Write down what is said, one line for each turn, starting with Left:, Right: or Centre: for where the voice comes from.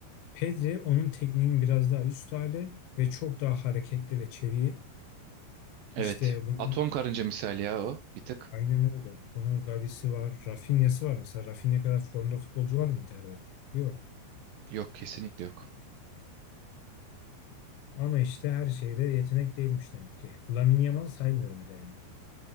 Left: Pedri onun tekniğinin biraz daha üst hali ve çok daha hareketli ve çevik.
Right: Evet.
Left: İşte bunu
Right: Atom karınca misali ya o. Bir tık.
Left: Aynen öyle. Bunun Gavi'si var, Rafinha'sı var. Mesela Rafinha kadar formda futbolcu var mı Inter'de? Yok.
Right: Yok kesinlikle yok.
Left: Ama işte her şeyde yetenek değilmiş demek ki. Lamine Yamal'ı saymıyorum bile yani.